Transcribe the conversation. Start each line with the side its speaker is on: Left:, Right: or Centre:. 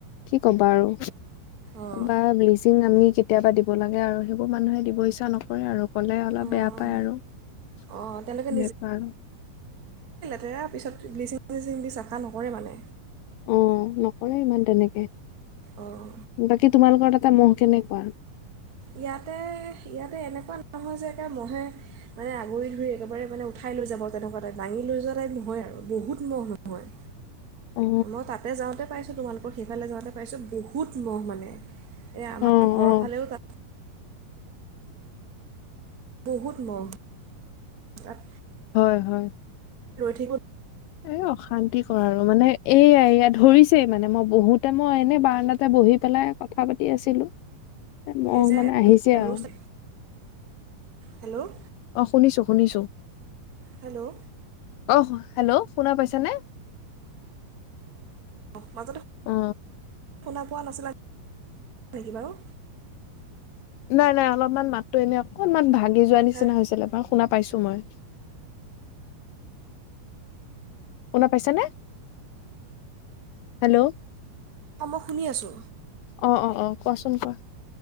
Left: কি ক'বা আৰু
Right: অঁ
Left: বা ব্লিচিং আমি কে কেতিয়াবা দিব লাগে আৰু সেইবোৰ মানুহে দিব ইচ্ছা নকৰে আৰু। ক'লে অলপ
Right: অঁ
Left: বেয়া পায় আৰু সেনেকুৱা
Right: অঁ তেওঁলোকে
Left: আৰু।
Right: সেয়া পিছত ব্লিচিং চিচিং দি চাফা নকৰে মানে।
Left: অ', নকৰে ইমান তেনেকে।
Right: অঁ
Left: বাকী তোমালোকৰ তাত তাত মহ কেনেকুৱা?
Right: ইয়াতে, ইয়াতে এনেকুৱা নহয় যে একে মহে মানে আগুৰি ধৰি একেবাৰে মানে উঠাই লৈ যাব তেনেকুৱা টাইপ, দাঙি লৈ যোৱা টাইপ নহয় আৰু বহুত মহ নহয়।
Left: অ
Right: মই তাতে যাওঁতে পাইছোঁ তোমালোকৰ সেইফালে যাওঁতে পাইছোঁ বহুত মহ মানে, এ আমাৰ
Left: অ
Right: ঘৰৰ
Left: অ
Right: ফালেও ত বহুত মহ ইয়াত,
Left: হয় হয়!
Right: এই বোৰ
Left: এ অশান্তিকৰ আৰু মানে, এইয়া এয়া ধৰিছেই মানে মই বহোতে মই এনে বাৰাণ্ডা তে বহি পেলাই কথা পাতি আছিলো। মহ
Right: এই যে
Left: মানে আহিছে আৰু।
Right: ৰস্তা হেল্ল'
Left: অ' শুনিছো শুনিছো
Right: হেল্ল'
Left: অ' হেল্ল' শুনা পাইছানে?
Right: অ' মাজত
Left: আ
Right: শুনা পোৱা নাছিলা নেকি বাৰু
Left: নাই নাই অলপমান মাততো এনে অকনমান ভাঙি যোৱা নিচিনা
Right: হে
Left: হৈছিলে বাৰু শুনা পাইছোঁ মই। শুনা পাইছানে? হেল্ল'
Right: অ' মই শুনি আছো।
Left: অ' অ' অ' কোৱাচোন কোৱা